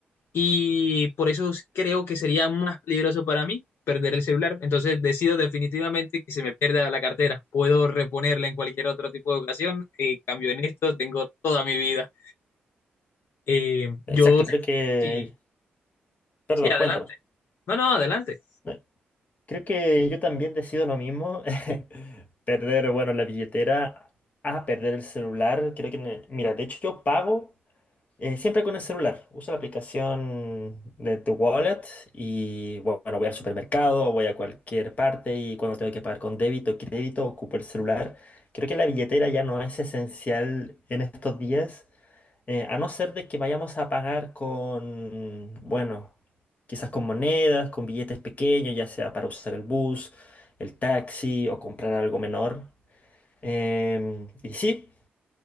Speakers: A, on the left (about 75°); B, on the left (about 40°).
A: y por eso creo que sería más peligroso para mí perder el celular. Entonces decido definitivamente que se me pierda la cartera. Puedo reponerla en cualquier otro tipo de ocasión. Eh, cambio en esto, tengo toda mi vida. Eh, yo,
B: Exacto, creo que...
A: sí,
B: Perdón,
A: sí, adelante.
B: cuéntame.
A: No, no, adelante.
B: Eh, Creo que yo también decido lo mismo. <laughs> Perder, bueno, la billetera a perder el celular. Creo que... ne- Mira, de hecho yo pago. Eh, siempre con el celular. Uso la aplicación de The Wallet y bu- bueno, voy al supermercado, voy a cualquier parte y cuando tengo que pagar con débito o crédito, ocupo el celular. Creo que la billetera ya no es esencial en estos días, eh, a no ser de que vayamos a pagar con, bueno, quizás con monedas, con billetes pequeños, ya sea para usar el bus, el taxi o comprar algo menor. Em, y sí.